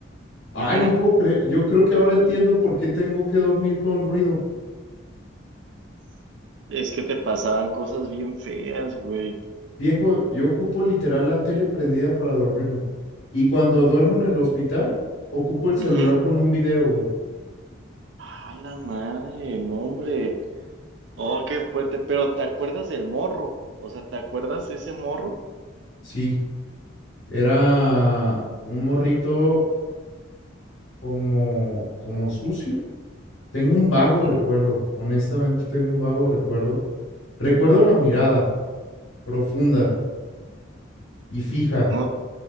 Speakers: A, on the left; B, on the right.
A: Ay,
B: ujú.
A: no puedo creer. Yo creo que ahora entiendo por qué tengo que dormir con ruido.
B: Es que te pasaban cosas bien feas, güey.
A: Viejo, yo ocupo literal la tele prendida para dormirme. Y cuando duermo en el hospital, ocupo el celular
B: Ujú.
A: con un video, güey.
B: A la madre, no, hombre. Oh, qué fuerte. Pero ¿te acuerdas del morro? O sea, ¿te acuerdas de ese morro?
A: Sí, era un morrito como, como sucio. Tengo un vago
B: Ujú.
A: recuerdo, honestamente tengo un vago recuerdo. Recuerdo la mirada profunda y fija.
B: No.